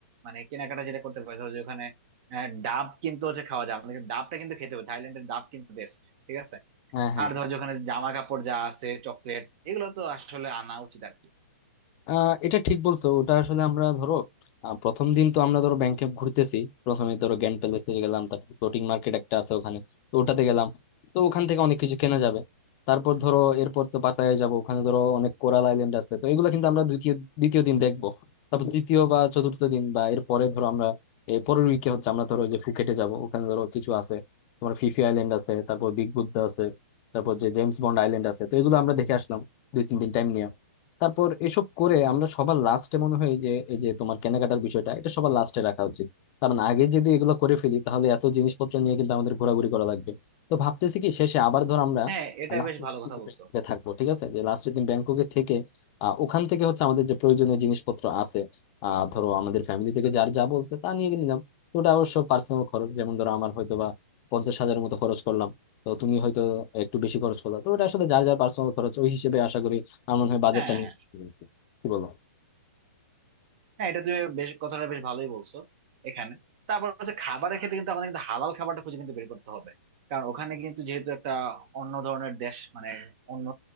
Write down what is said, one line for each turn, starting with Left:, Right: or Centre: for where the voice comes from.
Right: মানে কেনাকাটা যেটা করতে পারি ধরো যে ওখানে আহ, ডাব কিন্তু হচ্ছে খাওয়া যায় আমাদের ডাবটা কিন্তু খেতে হবে থাইল্যান্ডের ডাব কিন্তু বেস্ট ঠিক আছে
Left: হ্যাঁ হ্যাঁ
Right: আর ধরো যে ওখানে জামা কাপড় যা আছে চকলেট এগুলো তো আসলে আনা উচিত আর কি
Left: আহ এটা ঠিক বলছো ওটা আসলে আমরা ধরো আহ, প্রথম দিন তো আমরা ধরো ব্যাংকে ঘুরতেছি প্রথমে ধরো গ্র্যান্ড প্যালেসে গেলাম তারপর ফ্লোটিং মার্কেট একটা আছে ওখানে তো ওটাতে গেলাম তো ওখান থেকে অনেক কিছু কেনা যাবে তারপর ধরো এরপর তো পাতায় যাব ওখানে ধরো অনেক কোরাল আইল্যান্ড আছে তো এগুলো কিন্তু আমরা দ্বিতীয় দ্বিতীয় দিন দেখবো তারপর তৃতীয় বা চতুর্থ দিন বা এর পরে ধরো আমরা এর পরের উইকে হচ্ছে আমরা ধরো ওই যে ফুকেটে যাব ওখানে ধরো কিছু আছে তোমার ফিফি আইল্যান্ড আছে তারপর বিগ বুদ্ধা আছে তারপর যে জেমস বন্ড আইল্যান্ড আছে তো এগুলো আমরা দেখে আসলাম দুই তিন দিন টাইম নিয়ে তারপর এসব করে আমরা সবার লাস্টে মনে হয় যে এই যে তোমার কেনাকাটার বিষয়টা এটা সবার লাস্টে রাখা উচিত কারণ আগে যদি এগুলো করে ফেলি তাহলে এত জিনিসপত্র নিয়ে কিন্তু আমাদের ঘোরাঘুরি করা লাগবে তো ভাবতেছি কি শেষে আবার ধর আমরা
Right: হ্যাঁ এটা
Left: লাস্টের
Right: বেশ ভালো কথা
Left: দিন
Right: বলছো
Left: ব্যাংককে থাকবো ঠিক আছে যে লাস্টের দিন ব্যাংককে থেকে আহ, ওখান থেকে হচ্ছে আমাদের যে প্রয়োজনীয় জিনিসপত্র আছে আহ ধরো আমাদের ফ্যামিলি থেকে যার যা বলছে তা নিয়ে নিলাম তো ওটা অবশ্য পার্সোনাল খরচ যেমন ধরো আমার হয়তো বা পঞ্চাশ হাজারের মতো খরচ করলাম তো তুমি হয়তো একটু বেশি খরচ করলা তো ওটা আসলে যার যার পার্সোনাল খরচ ওই হিসেবে আশা করি আমার মনে হয় বাজেটটা
Right: হ্যাঁ
Left: কিন্তু, কি বলো
Right: হ্যাঁ এটা তুমি বেশ কথাটা বেশ ভালোই বলছো এখানে তারপর হচ্ছে খাবারের ক্ষেত্রে কিন্তু আমাদের কিন্তু হালাল খাবারটা খুঁজে কিন্তু বের করতে হবে কারণ ওখানে কিন্তু যেহেতু একটা অন্য ধরনের দেশ মানে অন্য